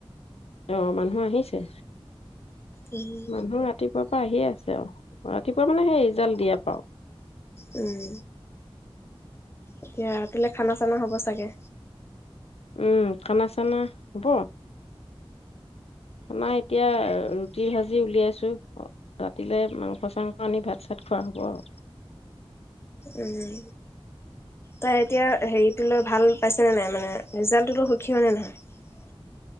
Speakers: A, on the left; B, on the left.
A: অ মানুহ আহিছে?
B: উম,
A: মানুহ ৰাতিপুৱা তাই আহিয়ে আছে আৰু ৰাতিপুৱা মানে সেই ৰিজাল্ট দিয়ে <unintelligible>
B: উম এতিয়া ৰাতিলৈ খানা চানা হ'ব চাগে।
A: উম খানা চানা হ'ব খানা এতিয়া ৰুটি ভাজি উলিয়াইছোঁ, ৰাতিলৈ মাংস চাংস আনি ভাত-চাত খোৱা হ'ব আৰু
B: উম তাই এতিয়া হেৰিটো লৈ ভাল পাইছেনে নাই মানে ৰিজাল্টটোলৈ সুখী হয়নে নহয়